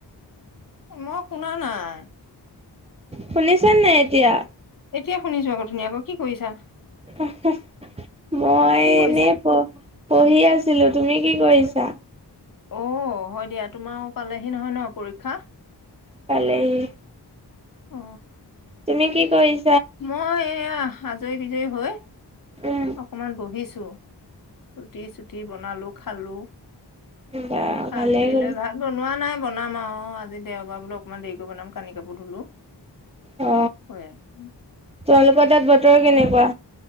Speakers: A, on the left; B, on the right.
A: মই শুনা নাই।
B: শুনিছেনে নাই এতিয়া?
A: এতিয়া শুনিছো আকৌ ধুনীয়াকৈ। কি কৰিছা?
B: <unintelligible> মই
A: কি কৰিছা
B: এনে প পঢ়ি আছিলো তুমি কি কৰিছা?
A: অ' হয় দিয়া তোমাৰো পালেহি নহয় ন পৰীক্ষা।
B: পালেহি?
A: অ
B: তুমি কি কৰি-
A: মই এয়া আজৰি বিজয়ী হৈ
B: উম
A: অকনমান বহিছো। ৰুটি চুতি বনালো খালো।
B: বা
A: খাই
B: ভালেই
A: মেলি
B: কৰিছা
A: লৈ ভাত বনোৱা নাই। বনাম আৰু আজি দেওবাৰ বোলো অকনমান দেৰিক বনাম কানি কাপোৰ ধুলো। <inaudible>
B: অ তোমালোকৰ <unintelligible> কেনেকুৱা?